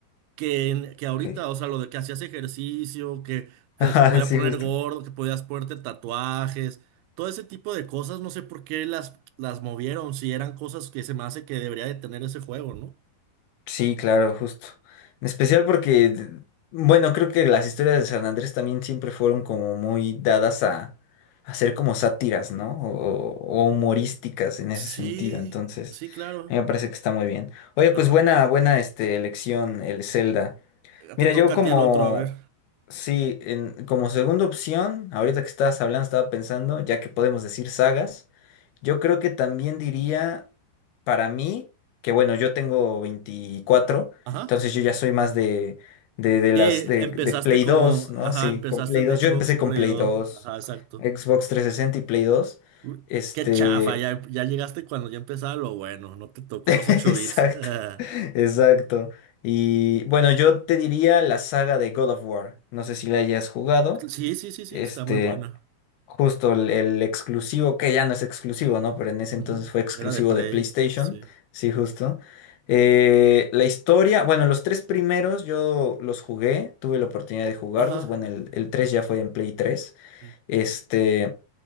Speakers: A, on the right; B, on the left.
A: que, en- que ahorita,
B: Ok. <laughs>
A: o sea, lo de que hacías ejercicio, que te,
B: Ajá,
A: se podía
B: sí,
A: poner
B: justo.
A: gordo, que podías ponerte tatuajes, todo ese tipo de cosas, no sé por qué las, las movieron, si eran cosas que se me hace que debería de tener ese juego, ¿no?
B: Sí, claro, justo. En especial porque, d- bueno, creo que las historias de San Andrés también siempre fueron como muy dadas a, a ser como sátiras, ¿no? O, o- o humorísticas en ese
A: Sí,
B: sentido. Entonces,
A: sí, claro.
B: a mí me parece que está muy bien. Oye, pues
A: Ajá.
B: buena, buena este, elección, el Zelda. Mira,
A: Te toca
B: yo como,
A: a ti el otro, a ver.
B: sí, en- como segunda opción, ahorita que estabas hablando, estaba pensando, ya que podemos decir sagas, yo creo que también diría, para mí, que bueno,
A: Ah,
B: yo tengo veinticuatro
A: Ajá.
B: entonces yo ya soy más de, de, de las,
A: Sí,
B: de,
A: empezaste
B: de Play
A: como,
B: dos ¿no?
A: ajá,
B: Sí,
A: empezaste
B: con Play
A: en
B: dos yo
A: Xbox
B: empecé
A: y
B: con
A: Play
B: Play
A: 2.
B: dos
A: Ajá, exacto.
B: Xbox 360 y Play dos
A: Uy,
B: este,
A: Qué chafa, ya, ya llegaste cuando ya empezaba lo bueno, no te tocó
B: <laughs> exacto.
A: los ocho bits. <laughs>
B: Exacto. Y bueno, yo te diría la saga de God of War. No sé si la hayas jugado.
A: Sí, sí, sí, sí,
B: Este,
A: está muy buena.
B: justo el, el exclusivo, que ya no es exclusivo, ¿no? Pero en ese entonces
A: Ujú,
B: fue exclusivo
A: Era de Play,
B: de PlayStation.
A: sí.
B: Sí, justo. Eh, la historia, bueno, los tres primeros yo los jugué, tuve la oportunidad de jugarlos.
A: Ajá.
B: Bueno, el, el 3 ya fue en Play tres
A: mm,
B: Este.